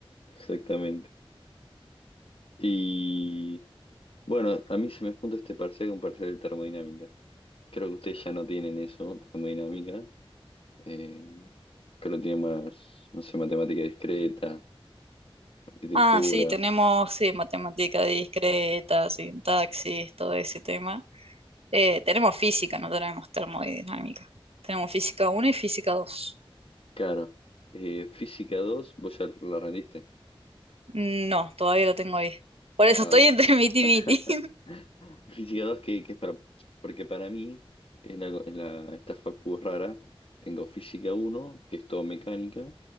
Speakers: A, on the left (about 70°); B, on the right (about 85°).
A: Exactamente. Y bueno, a mí se me junta este parcial con parcial de termodinámica. Creo que ustedes ya no tienen eso, termodinámica, eh, que lo tiene más, no sé, matemática discreta, arquitectura,
B: Ah, sí, tenemos, sí, matemática discreta, sintaxis, todo ese tema. Eh, tenemos física, no tenemos termodinámica. Tenemos física uno y física dos
A: claro. Eh, física 2 vos ya la rendiste.
B: No, todavía lo tengo ahí. Por eso
A: Ah,
B: estoy entre <laughs> miti
A: <laughs>
B: y miti.
A: Física dos que, que es para. Porque para mí, en, la, en la- esta facu es rara, tengo física uno que es todo mecánica,